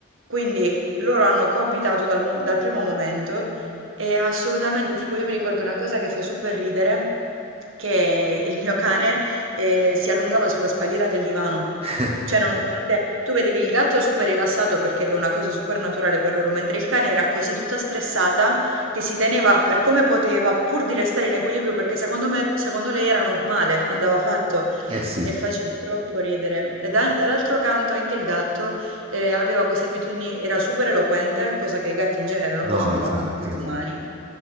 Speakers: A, on the right; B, on the right.
A: Quindi loro hanno coabitato dal, mo- dal primo momento e assolutamente, tipo, io mi ricordo una cosa che fa super ridere, che il mio cane eh, si allungava sulla spalliera del divano.
B: <laughs>
A: Cioè, nonostante tu vedevi il gatto super rilassato perché è una cosa super naturale per loro, mentre il cane era così tutta stressata che si teneva per come poteva, pur di restare in equilibrio, perché secondo me, secondo lei era normale, andava fatto
B: Eh sì,
A: e faceva troppo ridere. E da- dall'altro canto anche il gatto eh, aveva queste abitudini, era super eloquente, cosa che i gatti in genere non
B: no,
A: lo sono,
B: esatto,
A: quelli
B: esatto.
A: umani.